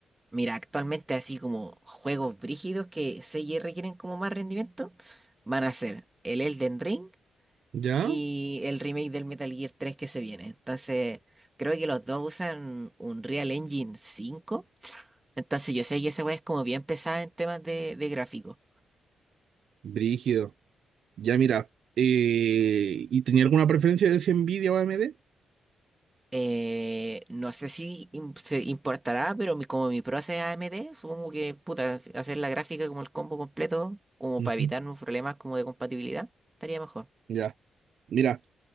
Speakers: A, on the right (about 15°); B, on the right (about 70°).
A: Mira, actualmente así como juegos brígidos que se requieren como más rendimiento, van a ser el Elden Ring
B: ¿Ya?
A: y el remake del Metal Gear 3 que se viene. Entonces, creo que los dos usan un Real Engine 5. Entonces, yo sé que esa weá es como bien pesada en temas de, de gráfico.
B: Brígido. Ya, mira. eh, ¿y tenía alguna preferencia de si Nvidia o AMD?
A: Eh, no sé si im- se importará, pero mi- como mi proceso es AMD, supongo que puta, hac- hacer la gráfica como el combo completo, como
B: Ujú.
A: para evitarnos problemas como de compatibilidad, estaría mejor.
B: Ya. Mira.